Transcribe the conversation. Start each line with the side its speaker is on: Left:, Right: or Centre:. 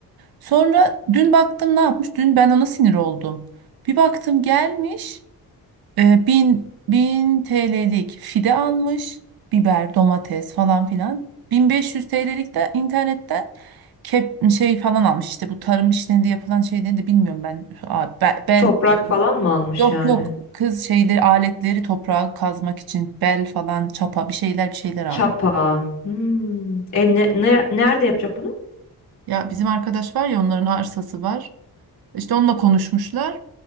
Right: Sonra dün baktım ne yapmış? Dün ben ona sinir oldum. Bir baktım gelmiş. E, bin, bin TL'lik fide almış. Biber, domates falan filan. 1500 TL'lik de internetten kep, şey falan almış. İşte bu tarım işlerinde yapılan şeyleri de bilmiyorum ben. Aa, be- Bel,
Left: toprak falan mı almış
Right: yok
Left: yani?
Right: yok kız şeyleri aletleri toprağa kazmak için bel falan çapa bir şeyler bir şeyler almış.
Left: Çapa. Hmm. E ne, ne- nerede yapacak bunu?
Right: Ya bizim arkadaş var ya onların arsası var. İşte onunla konuşmuşlar.